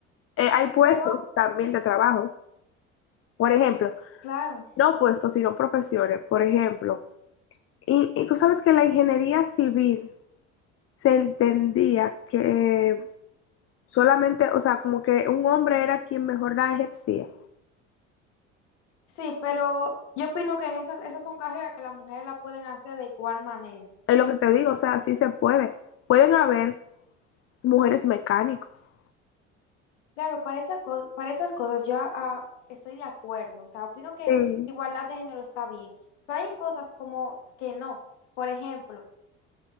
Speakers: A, on the left; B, on the left.
A: Eh, hay puestos
B: Pero,
A: también de trabajo, por ejemplo,
B: claro.
A: no puestos, sino profesiones, por ejemplo. Y, y tú sabes que la ingeniería civil se entendía que solamente, o sea, como que un hombre era quien mejor la ejercía.
B: Sí, pero yo opino que en esas, esas son carreras que las mujeres la pueden hacer de igual manera.
A: Es lo que te digo, o sea, sí se puede. Pueden haber mujeres mecánicos.
B: Claro, para esa co- para esas cosas yo ah, estoy de acuerdo, o sea, opino que
A: Sí,
B: igualdad de género está bien, pero hay en cosas como que no. Por ejemplo,